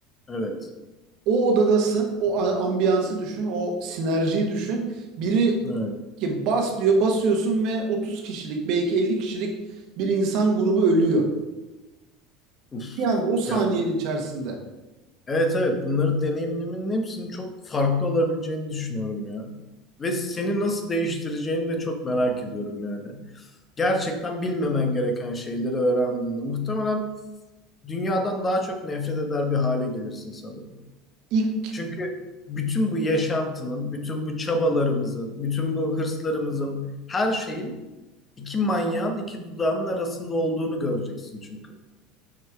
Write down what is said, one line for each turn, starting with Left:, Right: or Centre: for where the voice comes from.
Left: Evet.
Right: O odadasın, o a- ambiyansı düşün, o sinerjiyi düşün. Biri
Left: Evet.
Right: ki bas diyor, basıyorsun ve 30 kişilik, belki 50 kişilik bir insan grubu ölüyor.
Left: Uf.
Right: Bir anda o saniyenin
Left: Ya
Right: içerisinde.
Left: evet evet bunları deneyimlemenin hepsinin çok farklı olabileceğini düşünüyorum ya. Ve seni nasıl değiştireceğini de çok merak ediyorum yani. Gerçekten bilmemen gereken şeyleri öğrendiğinde muhtemelen dünyadan daha çok nefret eder bir hale gelirsin sanırım.
Right: İlk
Left: Çünkü bütün bu yaşantının, bütün bu çabalarımızın, bütün bu hırslarımızın her şeyin iki manyağın iki dudağının arasında olduğunu göreceksin çünkü.